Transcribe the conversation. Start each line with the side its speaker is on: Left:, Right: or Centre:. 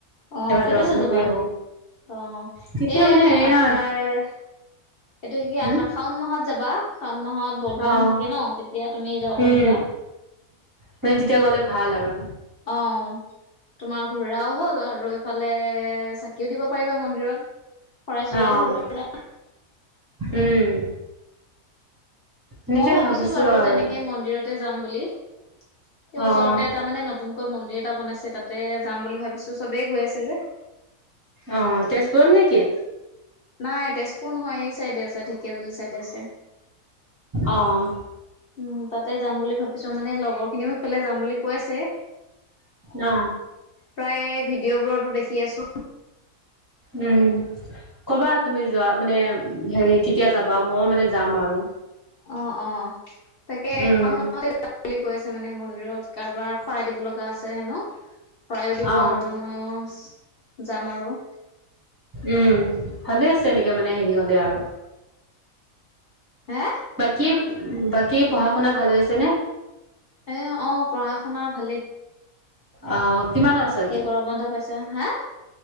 Left: অ,
Right: এবাৰ
Left: কেতিয়ালৈ
Right: দৰ্শন
Left: যাবা
Right: কৰি আহো
Left: অ
Right: তেতিয়া
Left: এ
Right: মানে এয়া
Left: আষাৰ। এইটো কি
Right: হুম
Left: শাওন মাহত যাবা শাওন মাহত বলবম
Right: অ',
Left: থাকে ন তেতিয়া তুমি যাব
Right: উম,
Left: পাৰিবা।
Right: মানে তেতিয়া গ'লে ভাল আৰু।
Left: অ, তোমাৰ ঘোৰাও হ'ল আৰু এইফালে চাকিও দিব পাৰিবা মন্দিৰত। শৰাই চৰাইও
Right: অ'।
Left: দিব পাৰিবা।
Right: উম, সেনেকে
Left: মই ভাবিছো বাৰু
Right: আৰু
Left: তেনেকে মন্দিৰতে যাম বুলি। স, ওচৰতে
Right: অ'।
Left: এটা মানে নতুনকৈ মন্দিৰ এটা বনাইছে তাতে যাম বুলি ভাবিছো চবেই গৈ আছে যে।
Right: অ, তেজপুৰত নেকি।
Left: নাই তেজপুৰ নহয় এই চাইডে আছে ঢেকীয়াাজুলি চাইডে আছে।
Right: অ,
Left: উম, তাতে যাম বুলি ভাবিছো মানে লগৰ খিনিও সফালে যাম বুলি কৈ আছে।
Right: অ,
Left: প্ৰায় ভিডিঅ' বোৰতো দেখি আছো।
Right: উম, ক'বা তুমি যোৱা মানে হেৰি কেতিয়া যাবা মই মানে যাম আৰু।
Left: অ', অ, তাকে
Right: উম,
Left: <unintelligible> বুলি কৈ আছে মানে মন্দিৰত কাৰোবাৰ শৰাই দিব লগা। লগিয়া আছে হেনো শৰাইও দিব
Right: অ',
Left: আৰু মইও যাম আৰু।
Right: উম, ভালে আছে এনেকে মানে হেৰি হ'লে আৰু।
Left: হা,
Right: বাকী, বাকী পঢ়া শুনা ভাল হৈছে নে।
Left: এ, অ, পঢ়া-শুনা ভালেই।
Right: আহ, কিমানৰ আছ এতিয়া।
Left: গৰম বন্ধ পাইছা হা